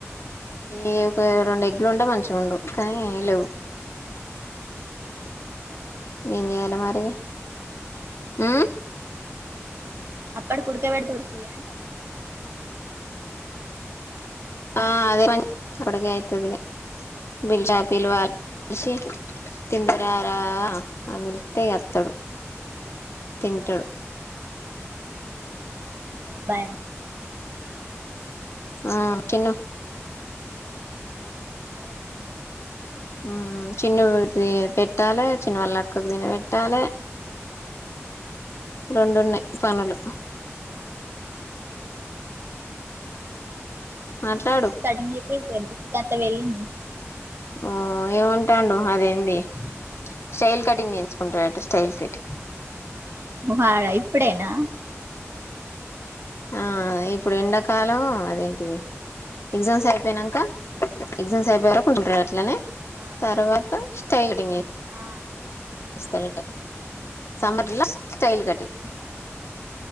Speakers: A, on the left; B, on the right.
A: ఈ ఒక రెండు ఎగ్గులు ఉంటే మంచిగా ఉండు కానీ ఏ లేవు ఏం చేయాలి మరి మ్
B: అప్పడు కుడుక పెడితుడు తీయంటాన
A: ఆ అదే అడిక అయితది బిడ్డా అని పిలవాలి అని పిలిస్తే తిందువు రారా అని పిలిస్తే వత్తడు తింటాడు
B: బా
A: ఆ తిను
B: అదే చిన్న
A: మ్ చిన్న పెట్టాలి చిన్న వాళ్ళక్క తిన పెట్టాలి రెండున్నాయి
B: ఆ
A: పనులు
B: చిన్న
A: మాట్లాడు
B: మ కటి <unintelligible>
A: ఆ ఏమంటాండు అదేంది స్టైల్ కటింగ్ చేయించుకుంటాడంట స్టైల్ కటింగ్
B: వాాడా ఇప్పుడేనా
A: ఆ ఇప్పుడు ఎండాకాలం అదేంటిది ఎగ్జామ్స్ అయిపోయినాక ఎగ్జామ్స్ అయిపోయే వరకు ఉంటారు అట్లనే
B: ఆ
A: తర్వాత స్టైల్ కటింగ్
B: ఆ
A: అంట సమ్మర్ ల స్టైల్ కటింగ్